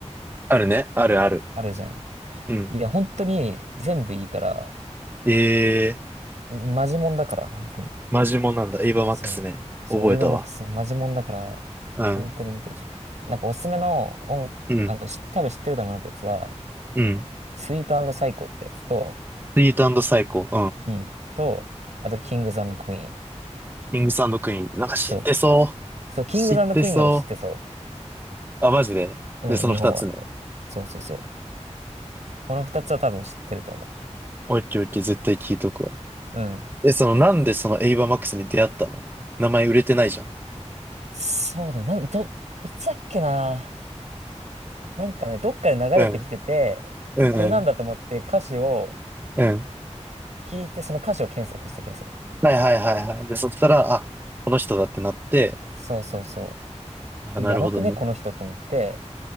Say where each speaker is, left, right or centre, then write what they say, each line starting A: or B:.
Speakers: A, on the right (about 15°); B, on the right (about 75°).
A: あるね。あるある。
B: あるじゃん。
A: うん。
B: いや、本当に全部いいから、
A: えー、
B: マジモンだから、本当に。
A: マジモンなんだ。エイバーマックスね。
B: そう。そう、
A: 覚えたわ。
B: エヴァマックスマジモンだから、
A: うん。
B: 本当に見てほしい。なんかおすすめの音、
A: うん。
B: あの、し多分知ってるだろうなってやつは、
A: うん。
B: スイートサイコーってやつと、
A: スイートサイコ。
B: うん。と、あと、キングザンドクイーン。
A: キングスクイーン。なんか知ってそう。
B: そう。そう、キングザンドクイーンの方が知ってそ
A: 知ってそう。あ、マジで。
B: う。
A: で、その二つね。
B: うん、日本は。そうそうそう。この二つは多分知ってると思
A: オッケーオッケー、絶対聞いとくわ。
B: う。うん。
A: え、その、なんでそのエイバーマックスに出会ったの名前売れてないじゃん。
B: そうだ、なん、ど、いつだっけな。なんかね、どっかで流れてきてて、
A: うん。うんうん。
B: これなんだと思って歌詞を
A: うん。
B: 聞いて、その歌詞を検索した気がする。
A: はいはいはいはい。で、そしたら、あ、この人だってなって、
B: そうそうそ
A: あ、
B: う。え、
A: なるほどね。
B: やばくね、この人と思って、